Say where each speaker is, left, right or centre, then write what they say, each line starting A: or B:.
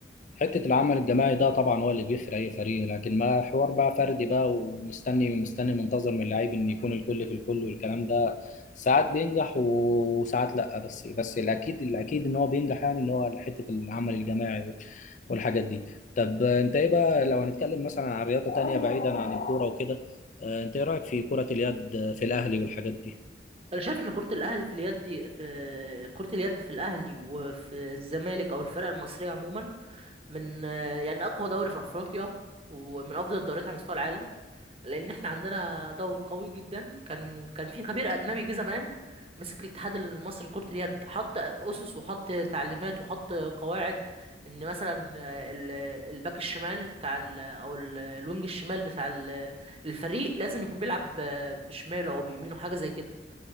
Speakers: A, on the left (about 45°); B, on the right (about 35°).
A: حتة العمل الجماعي ده طبعا هو اللي بيفرق أي فريق لكن ما حوار بقى فردي بقى ومستني مستني منتظر من اللعيب إن يكون الكل في الكل والكلام ده ساعات بينجح و- وساعات لأ بس بس الأكيد الأكيد إن هو بينجح يعني إن هو حتة العمل الجماعي وال- والحاجات دي طب أنت إيه بقى لو هنتكلم مثلا عن رياضة تانية بعيدا عن الكورة وكده آه، أنت إيه رأيك في كرة اليد في الأهلي والحاجات دي؟
B: انا شايف ان كرة الاهلي في اليد دي في كرة اليد في الاهلي وفي الزمالك او الفرق المصرية عموما من يعني اقوى دوري في افريقيا ومن افضل الدوريات على مستوى العالم لان احنا عندنا دوري قوي جدا كان كان في خبير اجنبي جه زمان مسك الاتحاد المصري لكرة اليد حط اسس وحط تعليمات وحط قواعد ان مثلا آه، ال- الباك الشمال بتاع ال او ال- الوينج الشمال بتاع ال- الفريق لازم يكون بيلعب ب- بشماله او بيمينه حاجه زي كده